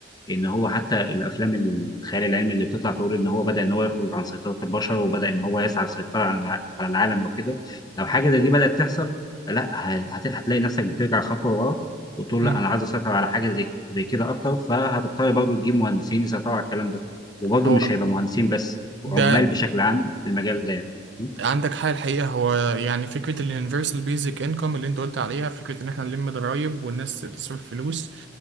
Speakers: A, on the left; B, on the right.
A: ان هو حتى الافلام الخيال العلمي اللي بتطلع تقول ان هو بدا ان هو يخرج عن سيطره البشر وبدا ان هو يسعى للسيطره على الع- على العالم او كده لو حاجه زي دي بدات تحصل لا ه- هت- هتلاقي نفسك بترجع خطوه ورا وتقول
B: مم.
A: لا انا عايز اسيطر على حاجه زي زي كده اكتر فهتضطر برضه تجيب مهندسين يسيطروا على الكلام ده وبرضه
B: هو
A: مش هيبقى مهندسين بس عمال
B: ده
A: بشكل عام في المجال ده يعني م?
B: عندك حاجة الحقيقة هو يعني فكرة ال universal basic income اللي أنت قلت عليها فكرة إن إحنا نلم ضرايب والناس تصرف فلوس